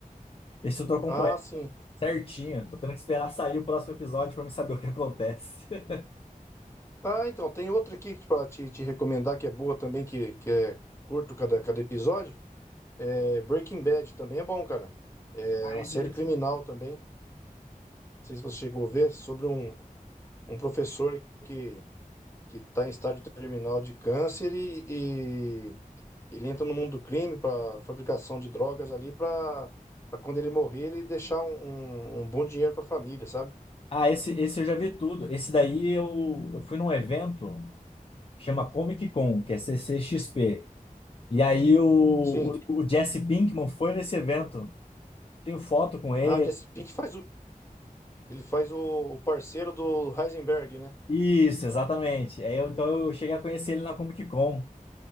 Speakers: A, on the left (about 40°); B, on the left (about 20°).
A: Esse eu tô acompanhando
B: Ah, sim.
A: certinho. Tô tendo que esperar sair o próximo episódio pra me saber o que acontece. <laughs>
B: Ah, então, tem outra aqui para te, te recomendar que é boa também, que, que é curto cada, cada episódio. É Breaking Bad também é bom, cara. É
A: Ah,
B: uma
A: esse
B: série
A: eu já vi
B: criminal também. Não sei se você chegou a ver, sobre um, um professor que, que tá em estágio terminal de câncer e, e ele entra no mundo do crime para fabricação de drogas ali para para quando ele morrer ele deixar um, um, um bom dinheiro para a família, sabe?
A: Ah, esse, esse eu já vi tudo. Esse daí eu, eu fui num evento, chama Comic Con, que é C C X P E aí o,
B: Sim.
A: o, o Jesse Pinkman foi nesse evento. Tenho foto com ele.
B: Ah, Jesse Pink faz o, ele faz o, o parceiro do Heisenberg, né?
A: Isso, exatamente. Aí eu- então eu cheguei a conhecer ele na Comic Con.